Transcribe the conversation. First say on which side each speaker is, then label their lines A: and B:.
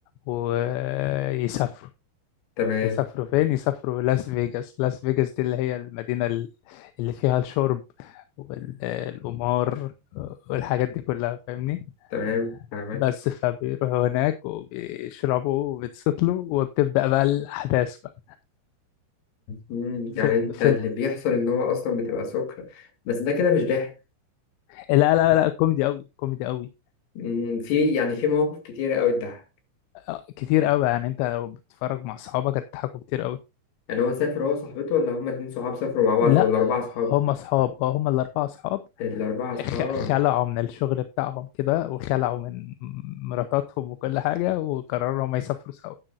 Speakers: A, on the left; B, on the left.
A: ويسافروا
B: تمام
A: يسافروا فين يسافروا لاس فيجاس لاس فيجاس دي اللي هي المدينة ال- اللي فيها الشرب والقمار والحاجات دي كلها فاهمني
B: تمام فاهمك
A: بس فبيروحوا هناك وبيشربوا وبيتسطلوا وبتبدأ بقى الأحداث بقى
B: مم،
A: في,
B: يعني انت
A: في
B: اللي
A: ال-
B: بيحصل ان هو اصلا بتبقى سكر بس ده كده مش ضحك
A: لا لا لا كوميدي أوي كوميدي أوي
B: مم، في يعني في مواقف كتيرة قوي اتضحك
A: آه، كتير أوي يعني أنت لو بتتفرج مع أصحابك هتضحكوا كتير أوي
B: يعني هو سافر هو وصاحبته ولا هما اتنين صحاب سافروا مع بعض
A: لا
B: او الاربعة صحاب
A: هم أصحاب اه هم الأربعة أصحاب
B: الاربعة صحاب
A: خ- خلعوا من الشغل بتاعهم كده وخلعوا من مراتاتهم وكل حاجة وقرروا ما يسافروا سوا